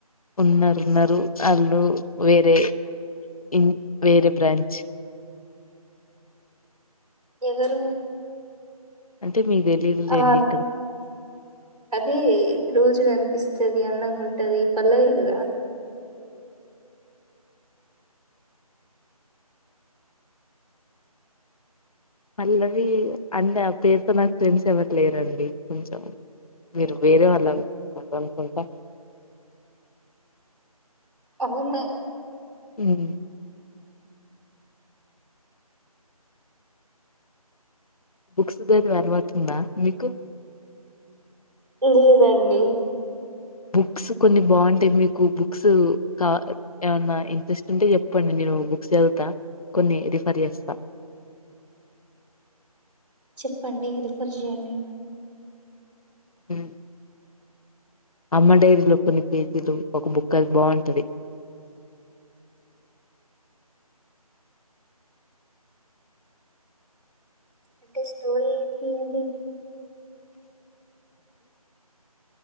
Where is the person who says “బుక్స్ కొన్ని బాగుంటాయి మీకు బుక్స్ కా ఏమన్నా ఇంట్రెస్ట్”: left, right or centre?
Left